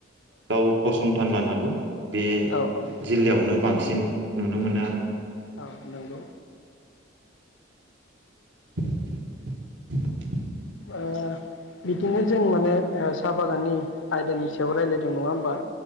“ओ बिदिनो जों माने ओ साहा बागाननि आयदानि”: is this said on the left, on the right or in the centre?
Left